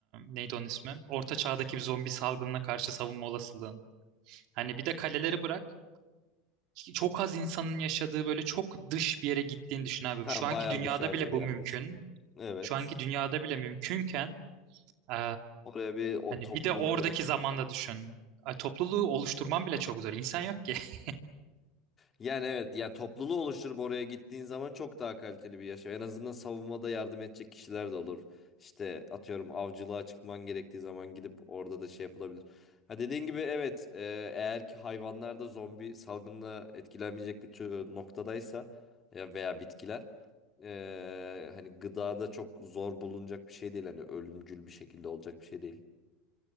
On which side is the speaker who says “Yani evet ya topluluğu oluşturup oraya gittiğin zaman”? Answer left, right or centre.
Left